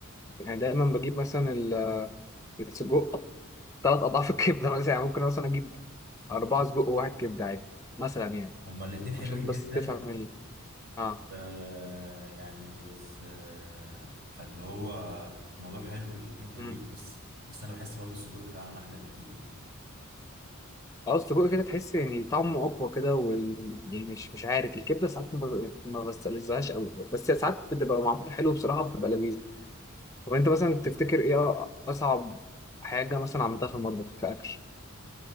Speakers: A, on the left; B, on the right.
A: يعني دايما بجيب مثلا ال- السجق ثلاث اضعاف الكبده مثلا يعني <laughs> ممكن مثلا اجيب أربعة سجق وواحد كبدة عادي مثلا يعني
B: هما الاتنين حلوين
A: عشان بس
B: جدا
A: تفهم ال اه
B: آه يعني بس آه فاللي هو الموضوع حلو والاتنين حلوين
A: مم.
B: بس بس انا بحس برضو السجق فعلا احلى بكتير يعني
A: اه السجق كده تحس يعني طعمه أقوى كده وال... يعني مش مش عارف الكبدة ساعات ما ب- ما بستلذهاش قوي بس ساعات بتبقى معمولة حلو بصراحة بتبقى لذيذة طب أنت مثلا تفتكر إيه أصعب حاجة مثلا عملتها في المطبخ كأكل؟